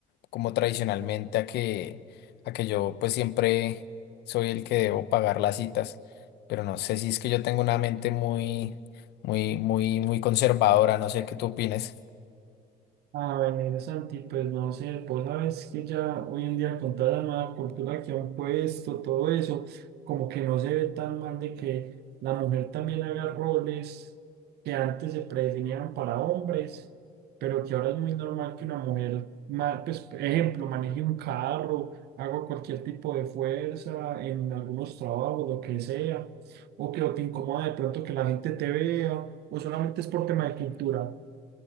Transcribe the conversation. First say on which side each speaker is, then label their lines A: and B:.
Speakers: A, on the left; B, on the right.
A: como tradicionalmente a que, a que yo pues siempre soy el que debo pagar las citas, pero no sé si es que yo tengo una mente muy, muy, muy, muy conservadora, no sé qué tú opines.
B: A ver, Santi, pues no sé, vos sabes que ya hoy en día con toda la nueva cultura que han puesto, todo eso, como que no se ve tan mal de que la mujer también haga roles que antes se predefinían para hombres, pero que ahora es muy normal que una mujer, ma- pues, por ejemplo, maneje un carro, haga cualquier tipo de fuerza en algunos trabajos, lo que sea, o que o te incomoda de pronto que la gente te vea, o solamente es por tema de cultura.